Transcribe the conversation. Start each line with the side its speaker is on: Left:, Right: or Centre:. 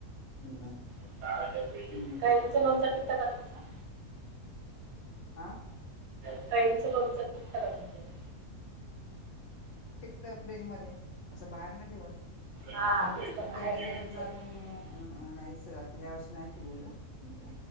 Left: एकदम.
Right: <unintelligible>
Left: हम्म
Right: कैरीच लोणचं टिकता का तुमच?
Left: आ
Right: कैरिचं लोनच टिकत का तुमच्याकडे?
Left: टिकतं, फ्रीज मध्ये, असं बाहेर नाही ठेवत.
Right: हा तसलं
Left: पण
Right: बाहेर
Left: कैरीच
Right: नाही
Left: लोणच
Right: टिकत
Left: आम्ही, अ नाहीच ह्या वर्षी नाही केलेलं. एवढं.